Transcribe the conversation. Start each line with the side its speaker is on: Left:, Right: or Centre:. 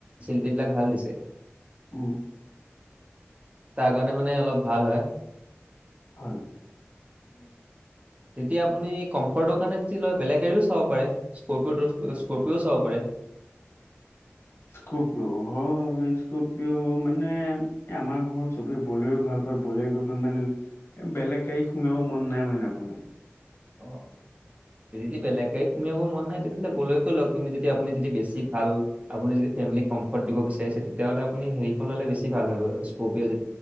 Right: চিলটিবিলাক ভাল দিছে।
Left: উম।
Right: তাৰ কাৰণে মানে অলপ ভাল হয়।
Left: হয়।
Right: <unintelligible> যেতিয়া আপুনি কমফৰ্টৰ কাৰণে যদি লয় বেলেগ গাড়ীও চাব পাৰে, স্কৰপিঅ'টো স্কৰপিঅ'ও চাব পাৰে। <unintelligible>
Left: স্কপিঅ হয় স্কপিঅ মানে আমাৰ ঘৰত চবে বলেৰ ভাল পায়। বলেৰ কখন মানে এ বেলেগ গাড়ী হুমিয়াবো মন নাই মানে আপোনাৰ।
Right: অ দিদি বেলেগ গাড়ী সুমিয়াব মন নাই তেতিয়াহলে বলেৰকে লক, আপুনি যেতিয়া আপুনি যদি বেছি ভাল আপুনি যদি ফেমিলি কমফৰ্ট দিব বিচাৰিছে। তেতিয়াহলে আপুনি হেৰিখন ললে বেছি ভাল হয় স্কপিঅ যে